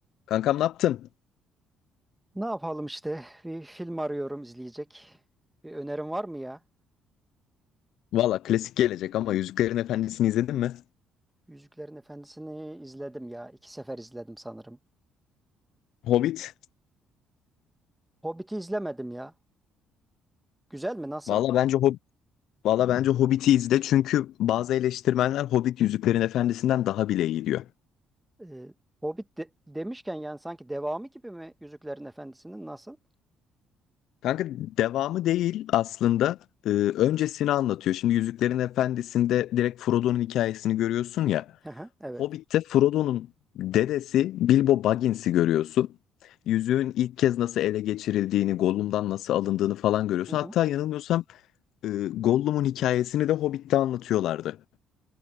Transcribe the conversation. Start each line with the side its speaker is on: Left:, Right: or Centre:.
Left: Kankam ne yaptın?
Centre: Ne yapalım işte? Bir film arıyorum izleyecek. Bir önerin var mı ya?
Left: Valla klasik gelecek ama Yüzüklerin Efendisi'ni izledin mi?
Centre: Yüzüklerin Efendisi'ni izledim ya. İki sefer izledim sanırım.
Left: Hobbit.
Centre: Hobbit'i izlemedim ya. Güzel mi? Nasıl?
Left: Valla bence Hob Valla bence Hobbit'i izle çünkü bazı eleştirmenler Hobbit Yüzüklerin Efendisi'nden daha bile iyi diyor.
Centre: Ee, Hobbit de- demişken yani sanki devamı gibi mi Yüzüklerin Efendisi'nin nasıl?
Left: Kanka devamı değil aslında Ee, öncesini anlatıyor. Şimdi Yüzüklerin Efendisi'nde direkt Frodo'nun hikayesini görüyorsun ya.
Centre: <laughs> Hı hı, Evet.
Left: Hobbit'te Frodo'nun dedesi Bilbo Baggins'i görüyorsun. Yüzüğün ilk kez nasıl ele geçirildiğini, Gollum'dan nasıl alındığını falan görüyorsun.
Centre: Hı hı.
Left: Hatta yanılmıyorsam E, Gollum'un hikayesini de Hobbit'te anlatıyorlardı.